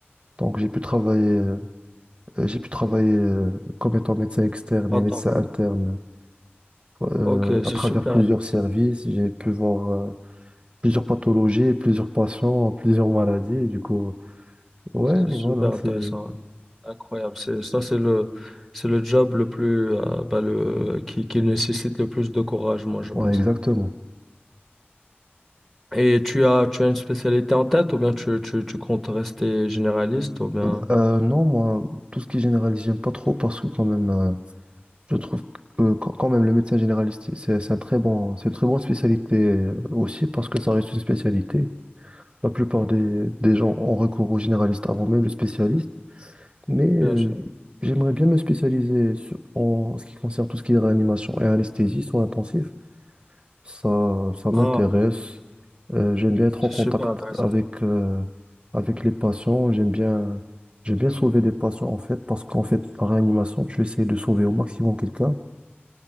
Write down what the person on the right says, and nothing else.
Donc j'ai pu travailler euh, euh, j'ai pu travailler euh, comme étant médecin externe
et médecin interne euh,
à
travers
plusieurs
services. J'ai pu voir euh, plusieurs pathologies, plusieurs patients, plusieurs maladies. Et du coup, ouais,
voilà,
c'est
Ouais, exactement.
Euh, euh, non, moi, tout ce qui est généraliste, j'aime pas trop parce que quand même, euh, je trouve que quand quand même le médecin généraliste, c'est c'est un très bon, c'est une très bonne spécialité euh, aussi parce que ça reste une spécialité. La plupart des, des gens ont recours au généraliste avant même le spécialiste, mais euh,
j'aimerais bien me spécialiser sur- en, en ce qui concerne tout ce qui est réanimation et anesthésie soins intensifs Ça, ça m'intéresse.
Euh, j'aime bien être
en contact
avec, euh, avec les patients. J'aime bien, j'aime bien sauver des patients, en fait, parce qu'en fait, par réanimation, tu essaies de sauver au maximum quelqu'un.